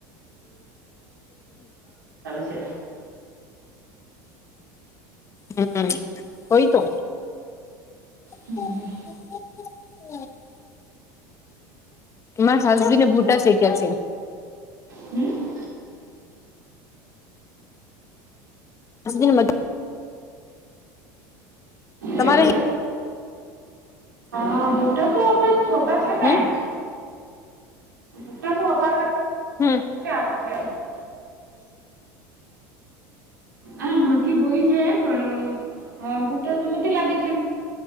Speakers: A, on the right (about 85°); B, on the left (about 30°).
A: છે.
B: હમ્મ હોય તો.
A: હમ
B: <inaudible> મારા સાસુએ ગોટા શેકા છે.
A: હમ્મ.
B: <unintelligible> તમારે.
A: કે ભૂટા <unintelligible> તો અવે છોટ છે ને.
B: હમ
A: <unintelligible>
B: હમ
A: આ મકી બોય છે, પણ તો તો નથીતી લાગે